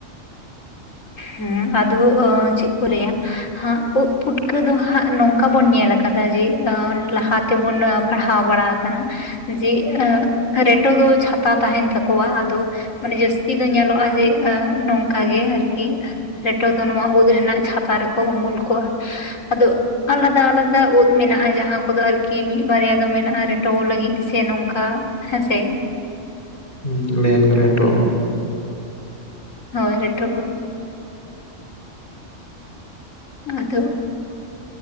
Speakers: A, on the left; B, on the left.
A: ᱦᱩᱸ ᱟᱫᱚ ᱚ ᱪᱮᱫ ᱠᱚ ᱞᱟᱹᱭᱟ ᱦᱟᱸᱜ ᱩᱸᱫᱽ ᱯᱩᱴᱠᱟᱹ ᱫᱚ ᱦᱟᱸᱜ ᱱᱚᱝᱠᱟ ᱵᱚᱱ ᱧᱮᱞ ᱟᱠᱟᱫᱟ ᱡᱮ ᱟᱱ ᱞᱟᱦᱟ ᱛᱮᱵᱚᱱ ᱯᱟᱲᱦᱟᱣ ᱵᱟᱲᱟ ᱟᱠᱟᱱᱟ ᱡᱮ ᱮᱸᱜ ᱨᱮᱴᱚ ᱫᱚ ᱪᱷᱟᱛᱟ ᱛᱟᱦᱮᱱ ᱛᱟᱠᱚᱣᱟ ᱟᱫᱚ ᱢᱟᱱᱮ ᱡᱟᱹᱥᱛᱤ ᱫᱚ ᱧᱮᱞᱚᱜᱼᱟ ᱮᱸᱜ ᱱᱚᱝᱠᱟ ᱠᱟ ᱜᱮ ᱟᱨᱠᱤ ᱨᱮᱴᱚ ᱫᱚ ᱱᱚᱣᱟ ᱩᱸᱫᱽ ᱨᱮᱱᱟᱜ ᱪᱷᱟᱛᱟ ᱨᱮᱠᱚ ᱩᱢᱩᱞ ᱠᱚᱜᱼᱟ᱾ ᱟᱫᱚ ᱟᱞᱟᱫᱟ ᱟᱞᱟᱫᱟ ᱩᱸᱫᱽ ᱢᱮᱱᱟᱜᱼᱟ ᱡᱟᱦᱟᱸ ᱠᱚᱫᱚ ᱟᱨᱠᱤ ᱢᱤᱫ ᱵᱟᱨᱭᱟ ᱫᱚ ᱢᱮᱱᱟᱜᱼᱟ ᱨᱮᱴᱚ ᱞᱟᱹᱜᱤᱫ ᱥᱮ ᱱᱚᱝᱠᱟ ᱦᱮᱸ ᱥᱮ᱾
B: ᱦᱩᱸ ᱞᱮᱭ ᱟᱠᱚ‌ ᱨᱮᱴᱚ ᱩᱸᱫᱽ᱾
A: ᱦᱳᱭ ᱨᱮᱴᱚ ᱩᱫᱽ᱾ ᱟᱫᱚ